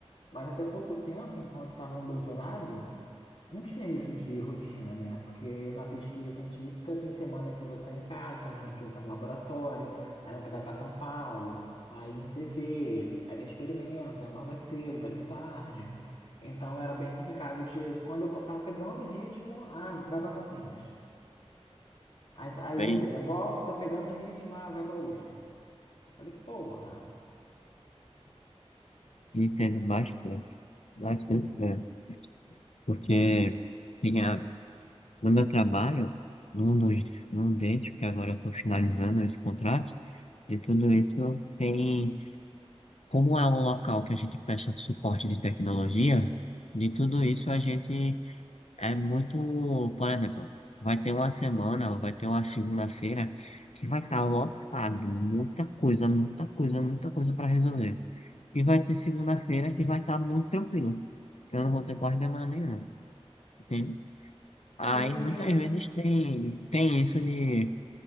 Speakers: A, on the left (about 60°); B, on the left (about 80°).
A: Mas até pouco tempo, enquanto estava no doutorado, não tinha isso de rotina, né? Porque na pesquisa científica tem semana que você está em casa, semana que você está no laboratório, aí outra vai para São Paulo, aí não sei o quê, aí tem experimento, aí acorda cedo, dorme tarde. Então era bem complicado de. Quando eu co- tava pegando o ritmo, ah, vai para Campinas. Aí, aí
B: bem,
A: beleza, volta, tô pegando o ritmo, ah, vai para USP. Eu falei, porra.
B: entendo bastante, bastante mesmo, porque tinha, no meu trabalho, num dos, num deles, porque agora eu estou finalizando esse contrato, de tudo isso tem, como é um local que a gente presta suporte de tecnologia, de tudo
A: Sim.
B: isso a gente É muito, por exemplo, vai ter uma semana, vai ter uma segunda-feira que vai estar lotado, muita coisa, muita coisa, muita coisa para resolver. E vai ter segunda-feira que vai estar muito tranquilo, que eu não vou ter quase demanda nenhuma, entende? Aí
A: Sim, sim.
B: muitas vezes tem, tem isso de.